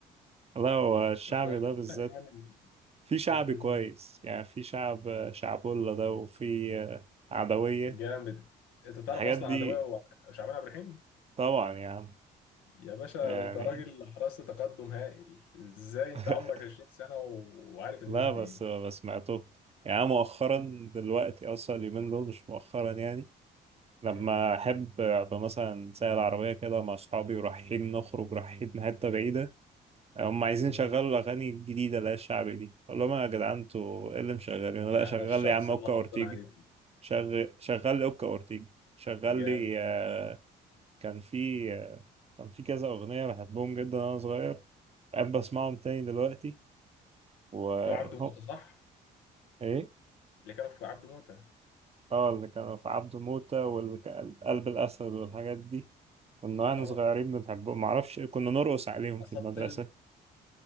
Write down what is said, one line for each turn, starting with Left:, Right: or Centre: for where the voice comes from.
Right: لا هو الشعبي
Left: ف-
Right: ده بالذات
Left: يعني
Right: في شعبي
Left: أمم،
Right: كويس يعني في شعب شعبولة ده وفي آه، عدوية
Left: جامد انت تعرف
Right: الحاجات
Left: اصلا
Right: دي
Left: عدوية وشعبان عبد الرحيم
Right: طبعا يعني
Left: يا باشا
Right: يعني
Left: ده انت راجل حرصت تقدم هائل ازاي
Right: <laughs>
Left: انت عمرك 20 سنه و- وعارف الناس
Right: لا
Left: دي
Right: بس بس سمعته يعني أنا مؤخرا دلوقتي اصلا اليومين دول مش مؤخرا يعني لما
Left: أمم،
Right: احب ابقى مثلا سايق العربيه كده مع اصحابي ورايحين نخرج رايحين حته بعيده هم عايزين
Left: أمم.
Right: يشغلوا الاغاني الجديده اللي هي الشعبي دي اقول لهم يا جدعان انتوا ايه اللي مشغلينه
Left: انا
Right: لا شغل
Left: الشخص
Right: لي يا عم اوكا
Left: اللي هطن
Right: اورتيجي
Left: عليكم
Right: شغل شغل لي اوكا اورتيجي شغل
Left: جامد
Right: لي آه، كان في آه، كان في كذا اغنيه بحبهم جدا وانا صغير بحب اسمعهم تاني دلوقتي و
Left: تو عبده موته صح
Right: ايه
Left: اللي كانوا في عبد موتة
Right: اه اللي كانوا في عبده موتة واللي كان قلب الاسد والحاجات دي كنا واحنا
Left: اه
Right: صغيرين بنحبهم معرفش كنا نرقص عليهم
Left: قصدت
Right: في المدرسة
Left: الباب